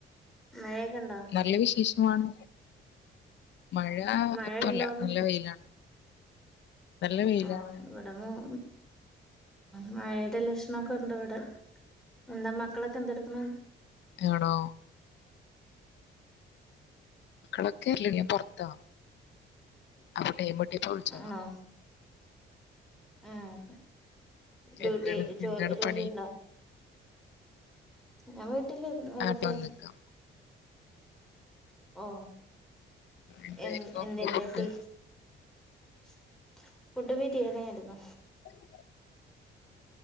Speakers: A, in the centre; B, on the left.
A: മഴയൊക്കെണ്ടോ
B: നല്ല വിശേഷമാണ് മഴ
A: മഴ
B: ഇപ്പല്ല
A: ഇണ്ടോന്ന്
B: നല്ല വെയിലാണ് നല്ല വെയിലാണ്
A: ആഹ ഇവിടെ ഉ മഴയുടെ ലക്ഷണംമൊക്കെ ഉണ്ട് ഇവിടെ എന്താ മക്കളൊക്കെ ളൊക്കെ എന്തെടുക്കണ്
B: ആണോ മക്കളൊക്കെ ഇല്ല ടീ ഞാൻ പുറത്താ അവിടെ ഡ്യൂട്ടിന്ന് വിളിച്ചതാ
A: ആണോ ഉം ഡ്യൂട്ടി
B: എന്താണ്
A: ജോ
B: എന്താണ്
A: ജോലി
B: പണി
A: ഉണ്ടോ ഞാൻ വീട്ടില് വെറുത
B: ആട്ടോ നിക്കാം
A: ഓ
B: എന്തായിരുന്നു
A: എ എന്തിന്റാ
B: ഇന്ന് food
A: D <unintelligible> <inaudible> food വീട്ടീന്നന്നെയായിരുന്നു
B: <unintelligible>